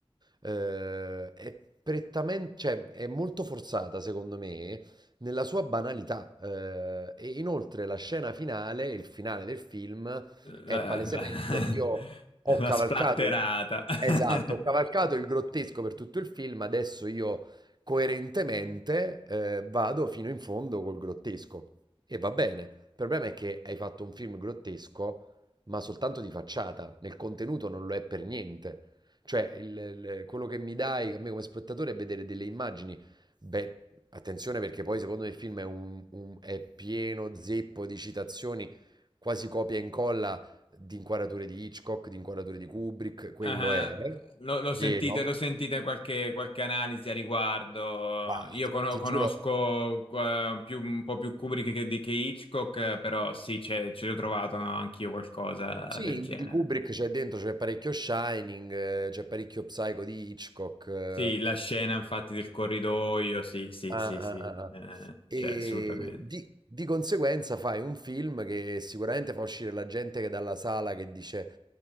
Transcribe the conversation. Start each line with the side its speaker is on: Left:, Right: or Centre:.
Right: eh, è prettamente, cioè è molto forzata secondo me nella sua banalità eh, e inoltre la scena finale, il finale del film è
Left: La,
Right: palesemente
Left: la-
Right: io
Left: <laughs>
Right: ho
Left: la
Right: cavalcato
Left: splatterata.
Right: il, esatto,
Left: <laughs>
Right: ho cavalcato il grottesco per tutto il film, adesso io coerentemente eh, vado fino in fondo col grottesco. E va bene. Il problema è che hai fatto un film grottesco, ma soltanto di facciata. Nel contenuto non lo è per niente. Cioè, il- il- quello che mi dai a me come spettatore è vedere delle immagini. Beh, attenzione perché poi secondo me il film è, un- un- è pieno zeppo di citazioni, quasi copia e incolla di inquadrature di Hitchcock, di inquadrature di Kubrick, quello
Left: Eh,
Right: è eh,
Left: lo, lo
Right: pieno.
Left: sentite, lo sentite in qualche, qualche analisi a riguardo.
Right: Ma
Left: Io cono-
Right: ti
Left: conosco
Right: giuro.
Left: eh, più- un po' più Kubrick che, di- che Hitchcock, eh, però sì, c'è- ci ho trovato anch'io qualcosa
Right: Sì,
Left: del genere.
Right: di Kubrick c'è dentro, c'è parecchio Shining, eh, c'è parecchio Psycho di Hitchcock. eh,
Left: Sì, la scena infatti del corridoio, sì, sì,
Right: ah,
Left: sì,
Right: ah,
Left: sì,
Right: ah, ah.
Left: eh,
Right: E
Left: c'è assolutamente.
Right: di, di conseguenza fai un film che sicuramente fa uscire la gente che dalla sala che dice